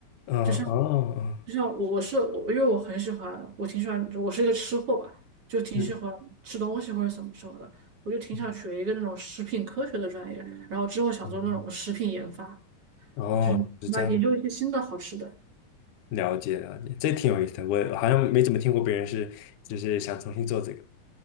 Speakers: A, on the left (about 70°); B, on the right (about 45°).
A: 啊哦，
B: 就像
A: 哦，
B: 就像我我是我，因为我很喜欢，我挺喜欢，我是一个吃货吧，就挺喜欢吃东西或者怎么什么的，
A: 嗯
B: 我就挺想学一个那种食品科学的专业，
A: 嗯
B: 然后之后想做那种食品研发，
A: 嗯，哦，
B: 就是那研究一些新的好吃的，
A: 是这样，了解了解，这挺有意思的，我好像没怎么听过别人是就是想重新做这个，